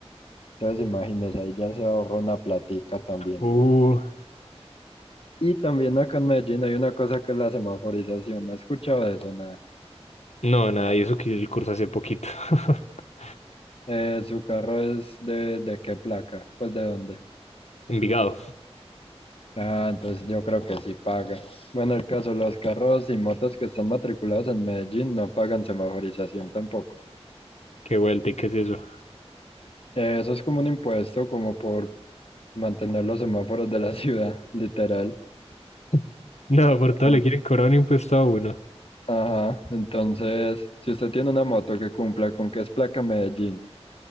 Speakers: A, on the left; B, on the left.
A: Entonces imagínense, ahí ya se ahorra una platica también.
B: Uh.
A: Y también acá en Medellín hay una cosa que es la semaforización. ¿Has escuchado de eso? Nada.
B: No, nada, y eso que el curso hace poquito. <laughs>
A: Eh, ¿su carro es de, de qué placa? Pues de dónde.
B: Envigado,
A: Ah, entonces yo creo que sí paga. Bueno, el caso, los carros y motos que están matriculados en Medellín no pagan semaforización tampoco.
B: qué vuelta y qué es eso.
A: Eh, eso es como un impuesto como por mantener los semáforos de la <laughs> ciudad, literal.
B: <laughs> No, por todo
A: Ent-
B: le quieren cobrar un impuesto a uno.
A: Ajá, entonces, si usted tiene una moto que cumpla con que es placa Medellín